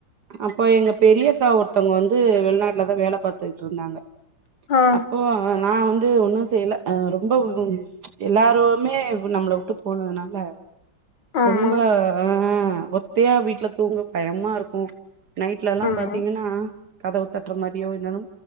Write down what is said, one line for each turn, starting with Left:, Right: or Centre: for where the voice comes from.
Right: அப்போ எங்க பெரியக்கா ஒருத்தங்க வந்து வெளிநாட்டுலதா வேல பாத்துகுட்டுருந்தாங்க
Left: ஆ
Right: அப்போ நா வந்து ஒன்னு செய்யல அ ரொம்ப எல்லருமே நம்பள உட்டு போனதுனால
Left: ஆமா
Right: ரொம்ப ஆ ஒத்தையா வீட்ல தூங்க பயமா இருக்கும் நைட்லல்லாம்
Left: ஆமா
Right: பாத்தீங்கன்னா கதவ தட்ற மாரியோ என்னென்வோ